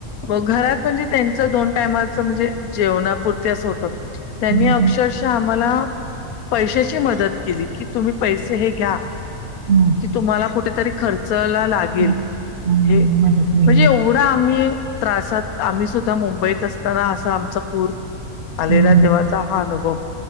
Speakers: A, on the left; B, on the right.
A: घरात म्हणजे त्यांच दोन टाईमाच म्हणजे जेवणापुरती असं होतं त्यांनी
B: हम्म,
A: अक्षरशः आम्हाला पैशाची मदत केली की तुम्ही पैसे हे घ्या
B: हा,
A: की तुम्हाला कुठेतरी खर्चला लागेल
B: हा, हा.
A: हे
B: मदत होईल.
A: म्हणजे एवढं आम्ही त्रासात आम्ही सुद्धा मुंबईत असताना असा आमचा पूर आलेला
B: हम्म,
A: तेव्हाचा हा अनुभव